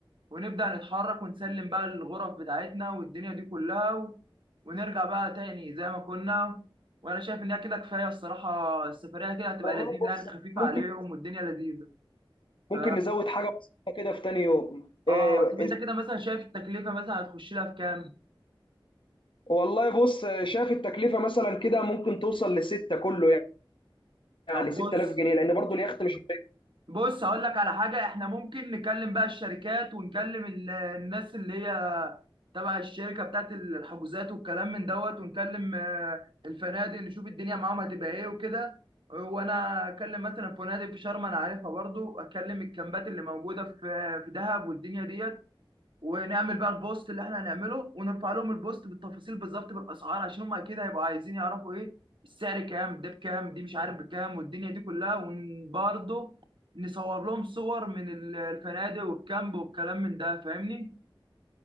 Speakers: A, on the right; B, on the left.
A: ونبدا نتحرك ونسلم بقى الغرف بتاعتنا والدنيا دي كلها و... ونرجع بقى تاني زي ما كنا وانا شايف ان هي كده كفايه الصراحه السفريه كده هتبقى
B: والله
A: لذيذه
B: بص
A: يعني خفيفه
B: ممكن
A: عليهم والدنيا لذيذه
B: ممكن
A: ف
B: نزود حاجه بسيطه كده في تاني يوم
A: اه
B: إيه
A: طب
B: إيه،
A: انت كده مثلا شايف التكلفه مثلا هتخش لها في كام؟
B: والله بص شايف التكلفه مثلا كده ممكن توصل لستة كله يعني
A: طب
B: 6000
A: بص
B: جنيه لان برضو اليخت مش
A: بص هقول لك على حاجة احنا ممكن نكلم بقى الشركات ونكلم ال- الناس اللي هي تبع الشركة بتاعت الحجوزات والكلام من دوت ونكلم آه، الفنادق نشوف الدنيا معاهم هتبقى ايه وكده وانا اكلم مثلا فنادق في شرم انا عارفها برضو اكلم الكامبات اللي موجودة في آه، في دهب والدنيا ديت ونعمل بقى البوست اللي احنا هنعمله ونرفع لهم البوست بالتفاصيل بالظبط بالاسعار عشان هم اكيد هيبقوا عايزين يعرفوا ايه السعر كام ده بكام دي مش عارف بكام والدنيا دي كلها وبرضه نصور لهم صور من ال- الفنادق والكامب والكلام من ده فاهمني